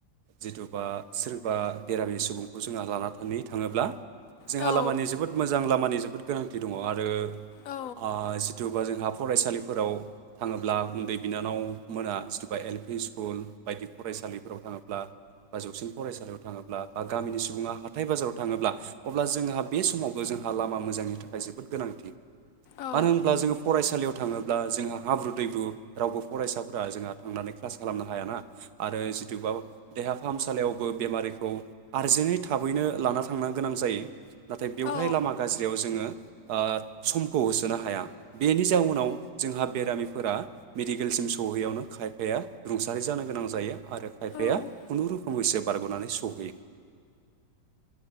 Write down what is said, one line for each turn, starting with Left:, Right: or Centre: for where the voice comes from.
Right: जिथुबा सोरबा बेरामि सुबुंखौ जोंहा लानानै थाङोब्ला जोंहा
Left: औ
Right: लामानि जोबोद मोजां लामानि जोबोद गोनांथि दङ आरो
Left: औ
Right: ओ जिथुबा जोंहा फरायसालिफोराव थाङोब्ला उन्दै बिनानाव मोना जिथुबा एल-पि स्कुल बायदि फरायसालिफोराव थाङोब्ला बा जौसिन फरायसालिया थाङोब्ला बा गामिनि सुबुङा हाथाय बाजाराव थाङोब्ला अब्ला जोंहा बे समावबो जोंहा लामा मोजांनि थाखाय जोबोद गोनांथि।
Left: औ
Right: मानो होनब्ला जोङो फरायसालियाव थाङो अब्ला जोंहा हाब्रु दैब्रु रावबो फरायसाफोरा जोंहा थांनानै क्लास खालामनो हायाना। आरो जिथुबा देहा फाहामसालियावबो बेमारिखौ आरजेन्टयै थाबैनो लाना थांना गोनां जायो। नाथाय बेवहाय
Left: औ
Right: लामा गाज्रियाव जोङो ओ समखौ होसोनो हाया बेनि जाउनाव जोंहा बेरामिफोरा मेडिकेलसिम सौहैयावनो खायफाया रुंसारि जानो गोनां जायो। आरो खायफाया
Left: औ
Right: खुनुरुखुमैसो बारगनानै सहैयो।